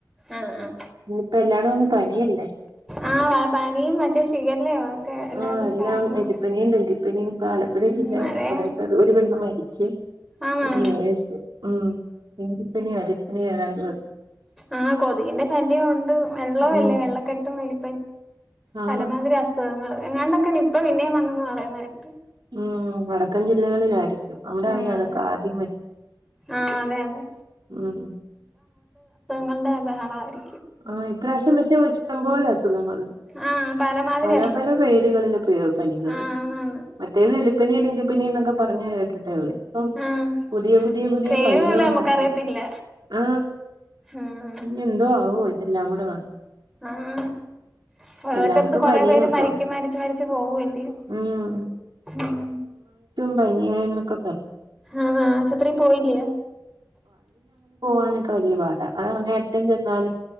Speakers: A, in the centre; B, on the right.
A: ആഹ് ആഹ്
B: ഇനിപ്പ എല്ലാടും അങ്ങ് പനിയല്ലേ
A: ആഹ് ആഹ് പനിയും മറ്റേ ശിഖല്ലയോ ഒക്കെ എല്ലായിടത്തും
B: ആ എല്ലാം
A: ആയെന്ന്
B: എലിപ്പനിയും
A: പറഞ്ഞു
B: ഡെങ്കിപ്പനിയും ആലപ്പുഴ ജില്ല
A: ഉം മഴയാ
B: കൊറെ പേർ ഒരു പെണ്ണ് മരിച്ച്,
A: ആന്നോ
B: ഒരു നേഴ്‌സ് ഉം ഡെങ്കിപ്പനിയായിരു <unintelligible>
A: ആ കൊതുകിന്റെ ശല്യം ഉണ്ട് വെള്ളവും അല്ലേ
B: ഉം
A: വെള്ളക്കെട്ടും വലി
B: ആണ്
A: പല മാതിരി അസുഖങ്ങള് എങ്ങാണ്ടൊക്കെ നിപ്പ പിന്നേം വന്നൂന്ന് പറയുന്നേട്ട്
B: ഉം വടക്കൻ ജില്ലകളിലായിരി അവിടെ
A: ആഹ്
B: <unintelligible> ആദ്യം വരും
A: ആഹ് അതെ അതെ
B: ഉം
A: ങ്ങൾടെ ബഹളമായിരി
B: ആ ഇപ്രാവശ്യം പക്ഷേ ഇഷ്ടം പോലെ അസുഖങ്ങള്
A: ആഹ് പലമാതിരി
B: പല
A: അസുഖങ്ങൾ
B: പല പേരുകളില് പനികള്
A: ആഹ് ആന്നാന്ന്
B: മറ്റേത് എലിപ്പനി ഡെങ്കി പനിന്നൊക്ക പറഞ്ഞു കേട്ട് ഇതിപ്പോ
A: ആഹ്
B: പുതിയ പുതിയ പുതിയ
A: പേര്
B: പണികളാണ്
A: പോലും നമുക്കറിയത്തില്ല
B: <unintelligible> ആ
A: ആഹ്
B: ഇനി എന്തോ ആവോ നമ്മുടെ വ
A: ആഹ് ഒരറ്റത്ത്
B: എല്ലാർക്കും
A: കൊറെ
B: പനിയൊക്കെ
A: പേര് മരിക്ക് മരിച്ച് മരിച്ച് പോവല്ലിയോ
B: ഉം
A: ഉം
B: പനിയെന്നൊക്കെ
A: ആഹ് ആശുപത്രി പോയില്ലേ
B: അതിനൊക്കെ വല്ല്യ പാടാ അത് അങ്ങേ അറ്റം ചെന്നാലും